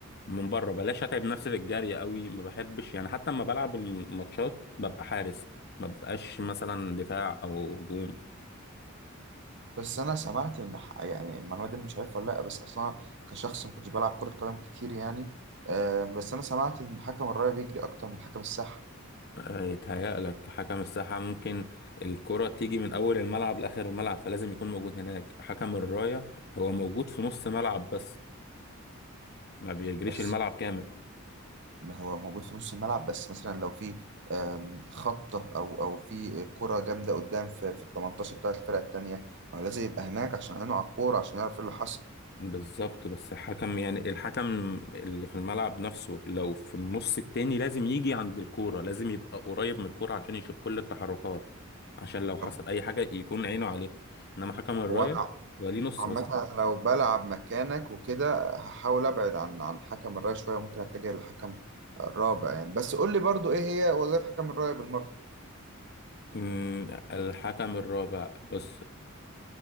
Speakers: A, on the left; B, on the right.
A: من بره بلاش اتعب نفسي في الجري قوي ما بحبش يعني حتى لما بلعب الماتشات ببقى حارس ما ببقاش مثلا دفاع او هجوم
B: بس انا سمعت ان ح- يعني المعلومه دي أنا مش عارفها ولا لا بس اصلا كشخص ما كنتش بلعب كره قدم كتير يعني آه، بس انا سمعت ان حكم الرايه بيجري اكتر من حكم الساحه
A: يتهيألك حكم الساحة ممكن الكرة تيجي من أول الملعب لآخر الملعب فلازم يكون موجود هناك حكم الراية هو موجود في نص ملعب بس ما بيجريش
B: بس
A: الملعب كامل
B: ما هو موجود في نص الملعب بس مثلا لو في آم، خبطه او او في كره جامده قدام في في ال 18 بتاعه الفرقه التانيه ما هو لازم يبقى هناك عشان عينه على الكوره عشان يعرف ايه اللي حصل
A: بالظبط بس حكم يعني الحكم اللي في الملعب نفسه لو في النص التاني لازم يجي عند الكورة لازم يبقى قريب من الكورة عشان يشوف كل التحركات عشان لو حصل
B: طب
A: أي حاجة يكون عينه عليها إنما حكم الراية
B: هو انا
A: هو ليه نص
B: عامة
A: بس
B: أنا لو بلعب مكانك وكده هحاول ابعد عن عن حكم الراية شوية ممكن اتجه لحكم رابع يعني بس قول لي برضو ايه هي وظائف حكم الراية بالمرة
A: أمم، الحكم الرابع بص